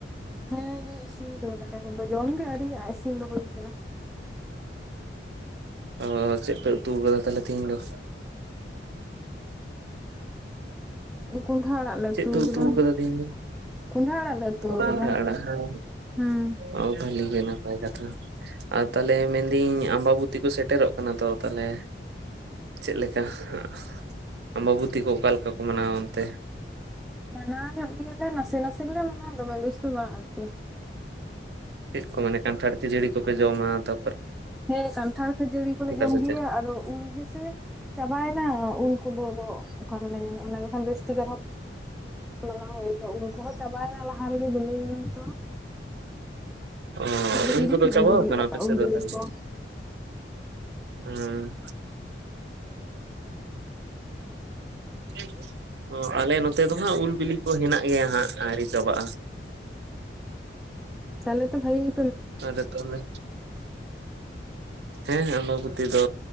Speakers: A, in the centre; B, on the right.
A: ᱦᱮᱸ ᱤᱭᱳ ᱤᱥᱤᱱ ᱟᱠᱟᱱᱟ ᱫᱟᱠᱟ ᱠᱚᱫᱚ ᱡᱚᱢ ᱜᱮ ᱟᱹᱣᱨᱤᱭᱟᱜ-ᱟ ᱤᱥᱤᱱ ᱫᱚ ᱦᱩᱭ ᱟᱠᱟᱱᱟ ᱾
B: ᱚᱸ ᱪᱮᱫ ᱯᱮ ᱩᱛᱩ ᱠᱟᱜ-ᱟ ᱛᱟᱦᱞᱮ ᱛᱮᱦᱤᱧ ᱫᱚ?
A: ᱠᱚᱸᱰᱷᱟ ᱟᱲᱟᱜ ᱞᱮ
B: ᱪᱮᱫ ᱯᱮ
A: ᱟᱠᱟᱫᱟ
B: ᱩᱛᱩ ᱠᱟᱫᱟ ᱛᱮᱦᱤᱧ ᱫᱚ?
A: ᱠᱚᱸᱰᱷᱟ ᱟᱲᱟᱜ ᱞᱮ ᱩᱛᱩ
B: ᱠᱚᱱᱰᱟ
A: ᱟᱠᱟᱫᱟ
B: ᱟᱲᱟᱜ ᱾
A: ᱦᱮᱸ
B: ᱚ ᱵᱷᱟᱞᱤ ᱜᱮ ᱱᱟᱯᱟᱭ ᱠᱟᱛᱷᱟ, ᱟᱨ ᱛᱟᱦᱚᱞᱮ ᱢᱮᱱᱫᱟᱹᱧ ᱟᱢᱵᱟᱵᱚᱛᱤ ᱠᱚ ᱥᱮᱴ ᱴᱮᱨᱚᱜ ᱠᱟᱱᱟ ᱛᱚ ᱛᱟᱦᱚᱞᱮ ᱪᱮᱫ ᱞᱮᱠᱟ ᱦᱟᱸᱜ? ᱚᱵᱚᱵᱚᱛᱤ ᱠᱚ ᱚᱠᱟ ᱞᱮᱠᱟ ᱠᱚ ᱢᱟᱱᱟᱣᱟ ᱚᱱᱛᱮ?
A: ᱢᱟᱱᱟᱣᱮᱫ ᱜᱮᱭᱟᱞᱮ ᱱᱟᱥᱮ ᱱᱟᱥᱮ ᱜᱮᱞᱮ ᱢᱟᱱᱟᱣᱟ ᱫᱚᱢᱮ ᱵᱮᱥ ᱫᱚ ᱵᱟᱝ ᱟᱨᱠᱤ ᱾
B: ᱪᱮᱫ ᱠᱚ ᱢᱟᱱᱮ ᱠᱟᱱᱴᱷᱟᱲ ᱠᱷᱟᱹᱡᱟᱹᱲᱤ ᱠᱚᱯᱮ ᱡᱚᱢᱟ ᱛᱚ?
A: ᱦᱮᱸ ᱠᱟᱱᱴᱷᱟᱲ ᱠᱷᱟᱹᱡᱟᱹᱲᱤ ᱠᱚᱞᱮ ᱡᱚᱢ
B: ᱥᱮ
A: ᱜᱮᱭᱟ
B: ᱪᱮᱫ?
A: ᱟᱫᱚ ᱩᱞ ᱜᱮᱥᱮᱼᱼ ᱪᱟᱵᱟᱭᱮᱱᱟ ᱩᱞ ᱠᱚᱫᱚ ᱚᱠᱟ ᱨᱮᱞᱮ ᱧᱟᱢᱟ? ᱚᱱᱟ ᱜᱮ ᱵᱟᱠᱷᱟᱱ ᱵᱮᱥ ᱾ ᱟᱨᱦᱚᱸ ᱢᱟᱱᱟᱣ ᱦᱩᱭ ᱛᱚ ᱩᱞ ᱠᱚ ᱦᱚᱸ ᱪᱟᱵᱟᱭᱮᱱᱟ ᱞᱟᱦᱟ ᱨᱮᱜᱮ ᱵᱤᱞᱤᱭᱮᱱᱟ ᱱᱤᱛᱚᱜ ᱾
B: ᱚ
A: ᱫᱚ
B: ᱩᱞ
A: ᱠᱤᱨᱤᱧ
B: ᱠᱚᱫᱚ ᱪᱟᱵᱟᱣ
A: ᱟᱹᱜᱩᱭ ᱦᱩᱭᱩᱜᱼᱟ
B: ᱠᱟᱱᱟ ᱟᱯᱮ ᱥᱮᱫ
A: ᱩᱞ
B: ᱫᱚ
A: ᱵᱤᱞᱤ
B: ᱛᱟᱦᱚᱞᱮ?
A: ᱠᱚ
B: ᱮᱸ <unintelligible> ᱚ ᱟᱞᱮ ᱱᱚᱛᱮ ᱫᱚ ᱦᱟᱸᱜ ᱩᱞ ᱵᱤᱞᱤ ᱠᱚ ᱦᱮᱱᱟᱜ ᱜᱮᱭᱟ ᱦᱟᱸᱜ ᱟᱹᱣᱨᱤ ᱪᱟᱵᱟᱜᱼᱟ᱾
A: ᱛᱟᱦᱚᱞᱮ ᱛᱚ ᱵᱷᱟᱜᱤ ᱜᱮᱼᱼ
B: ᱟᱫᱚ ᱛᱟᱦᱚᱞᱮ ᱦᱮᱸ ᱟᱢᱵᱟ ᱵᱚᱛᱤ ᱫᱚ